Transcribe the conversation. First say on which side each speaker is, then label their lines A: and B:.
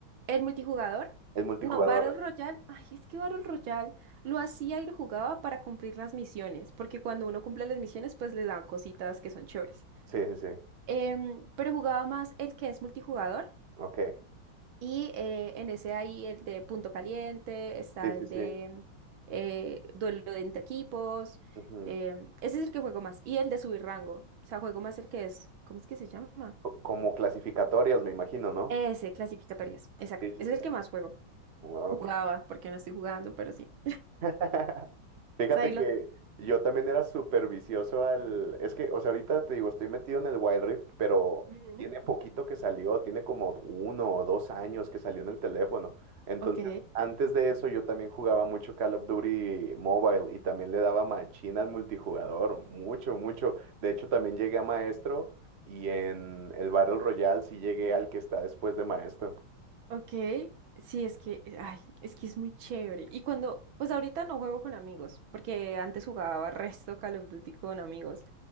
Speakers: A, on the right; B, on the right.
A: El multijugador,
B: El multijugador.
A: no, Battle Royale, ay, es que Battle Royale lo hacía y lo jugaba para cumplir las misiones, porque cuando uno cumple las misiones, pues le dan cositas que son chéveres.
B: Sí, sí, sí.
A: Em, pero jugaba más el que es multijugador,
B: Ok.
A: y eh, en ese hay el de punto caliente, está
B: Sí, sí,
A: el
B: sí.
A: de eh, duelo de entre equipos,
B: Ujú.
A: em, ese es el que juego más, y el de subir rango, o sea, juego más el que es, ¿cómo es que se llama?
B: Co- Como clasificatorias, me imagino, ¿no?
A: Ese, clasificatorias, exacto,
B: Sí, sí,
A: ese
B: sí.
A: es el que más juego.
B: Ok.
A: Jugaba, porque no estoy jugando, pero sí.
B: <laughs> Fíjate
A: O sea, ahí lo...
B: que yo también era súper vicioso al... Es que, o sea, ahorita te digo, estoy metido en el Wild Rift, pero
A: Ujú.
B: tiene poquito que salió, tiene como uno o dos años que salió en el teléfono. Entonces,
A: Ok,
B: antes de eso yo también jugaba mucho Call of Duty Mobile y también le daba machina al multijugador, mucho, mucho. De hecho, también llegué a maestro y en el Battle Royale sí llegué al que está después de maestro.
A: ok. Sí, es que, eh, ay, es que es muy chévere. Y cuando, pues ahorita no juego con amigos, porque antes jugaba resto Call of Duty con amigos